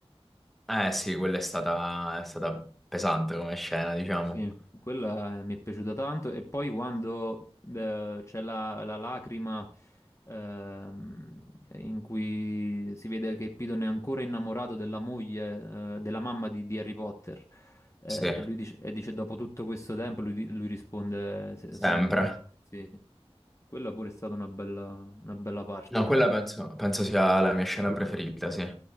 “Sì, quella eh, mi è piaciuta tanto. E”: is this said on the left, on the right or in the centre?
Left